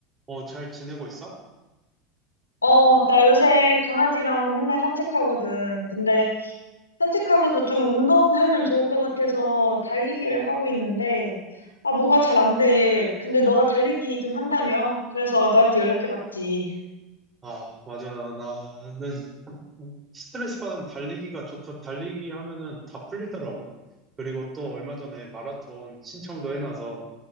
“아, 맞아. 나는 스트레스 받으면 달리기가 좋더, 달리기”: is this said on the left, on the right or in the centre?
Right